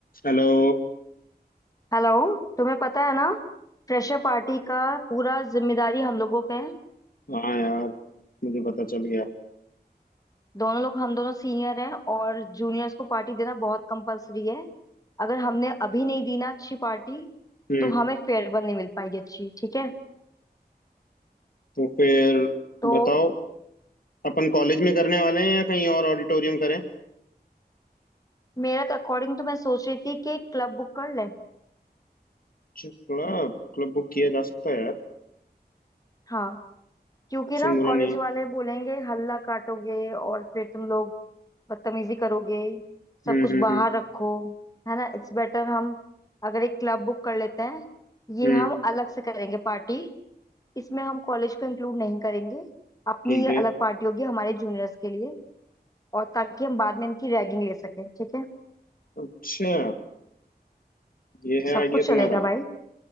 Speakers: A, on the left; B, on the left.
A: Hello
B: Hello तुम्हें पता है ना फ्रेशर पार्टी का पूरा जिम्मेदारी हम लोगों पे है
A: हाँ यार मुझे पता चल गया
B: दोनों लोग हम दोनों सीनियर हैं और जूनियर्स को पार्टी देना बहुत कंपलसरी है अगर हमने अभी नहीं दी ना अच्छी पार्टी
A: हम्म
B: तो हमें फेयरवेल नहीं मिल पाएगी अच्छी ठीक है
A: तो फिर
B: तो
A: बताओ अपन कॉलेज में करने वाले हैं या कहीं और ऑडिटोरियम करें
B: मेरा तो अकॉर्डिंग तो मैं सोच रही थी कि एक क्लब बुक कर ले
A: अच्छा क्लब क्लब बुक किया जा सकता है यार
B: हाँ क्योंकि
A: ऑप्शन
B: ना
A: बुरा
B: कॉलेज
A: नहीं है
B: वाले बोलेंगे हल्ला काटोगे और फिर तुम लोग बदतमीजी करोगे सब
A: हम्म
B: कुछ
A: हम्म
B: बाहर
A: हम्म
B: रखो है ना इट्स बेटर हम अगर एक क्लब बुक कर लेते हैं ये
A: हम्म
B: हम अलग से करेंगे पार्टी इसमें हम कॉलेज को इंक्लूड नहीं करेंगे अपनी
A: ठीक
B: ये
A: है
B: अलग पार्टी होगी हमारे जूनियर्स के लिए और ताकि हम बाद में इनकी रैगिंग ले सकें ठीक है
A: अच्छा ये है
B: सब
A: आइडिया
B: कुछ चलेगा
A: तुम्हारा
B: भाई